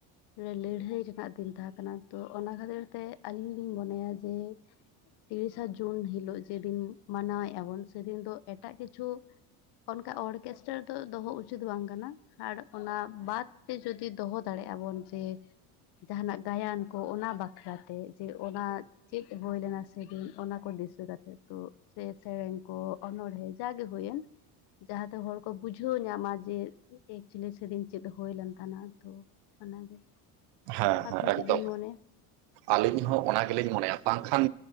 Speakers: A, on the left (about 60°); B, on the right (about 70°).
A: ᱱᱚᱣᱟ ᱞᱟᱹᱲᱦᱟᱹᱭ ᱨᱮᱱᱟᱜ ᱫᱤᱱ ᱛᱟᱦᱮᱸ ᱠᱟᱱᱟ ᱛᱚ, ᱚᱱᱟ ᱠᱷᱟᱹᱛᱤᱨ ᱛᱮ ᱟᱹᱞᱤᱧ ᱞᱤᱧ ᱢᱚᱱᱮᱭᱟ ᱡᱮ, ᱛᱤᱨᱤᱥᱟ ᱡᱩᱱ ᱦᱤᱞᱳᱜ ᱡᱮᱫᱤᱱ ᱢᱟᱱᱟᱣᱮᱜᱼᱟ ᱵᱚᱱ ᱥᱮᱫᱤᱱ ᱫᱚ ᱮᱴᱟᱜ ᱠᱤᱪᱷᱩ ᱚᱱᱠᱟ ᱚᱨᱠᱮᱥᱴᱟᱨ ᱫᱚ ᱫᱚᱦᱚ ᱩᱪᱤᱛ ᱵᱟᱝ ᱠᱟᱱᱟ᱾ ᱟᱨ ᱚᱱᱟ ᱵᱟᱫᱛᱮ ᱡᱚᱫᱤ ᱫᱚᱦᱚ ᱫᱟᱲᱮᱜ-ᱟ ᱵᱚᱱ ᱡᱮ, ᱡᱟᱦᱟᱱᱟᱜ ᱜᱟᱭᱟᱱ ᱠᱚ ᱚᱱᱟ ᱵᱟᱠᱷᱨᱟᱛᱮ ᱡᱮ ᱚᱱᱟ, ᱪᱮᱫ ᱦᱩᱭ ᱞᱮᱱᱟ ᱥᱮ ᱫᱤᱱ ᱚᱱᱟ ᱠᱚ ᱫᱤᱥᱟᱹ ᱠᱟᱛᱮᱫ᱾ ᱛᱚ, ᱥᱮ ᱥᱮᱨᱮᱧ ᱠᱚ ᱚᱱᱚᱬᱦᱮᱸ ᱡᱟᱜᱮ ᱦᱩᱭᱮᱱ ᱡᱟᱦᱟᱸᱛᱮ ᱦᱚᱲ ᱠᱚ ᱵᱩᱡᱷᱟᱹᱣ ᱧᱟᱢᱟ ᱡᱮ ᱮᱠᱪᱩᱭᱮᱞᱤ ᱥᱮᱫᱤᱱ ᱪᱮᱫ ᱦᱩᱭ ᱞᱮᱱ ᱛᱟᱦᱮᱱᱟ? ᱛᱚ ᱚᱱᱟᱜᱮ
B: ᱦᱮᱸ
A: ᱟᱹᱵᱤᱱ
B: ᱦᱮᱸ ᱮᱠᱫᱚᱢ
A: ᱪᱮᱫ ᱵᱤᱱ ᱢᱚᱱᱮᱭᱟ?
B: ᱟᱹᱞᱤᱧ ᱦᱚᱸ ᱚᱱᱟ ᱜᱮᱞᱤᱧ ᱢᱚᱱᱮᱭᱟ ᱵᱟᱝᱠᱷᱟᱱ